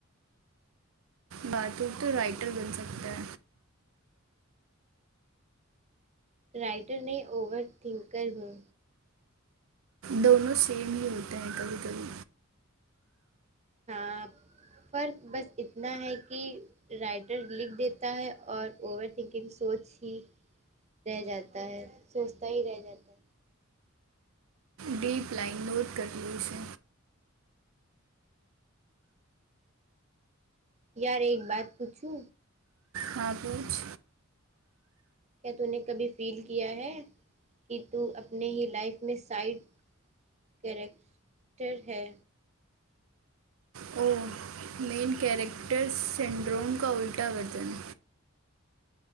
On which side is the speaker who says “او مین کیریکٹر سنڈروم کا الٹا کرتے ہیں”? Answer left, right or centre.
Right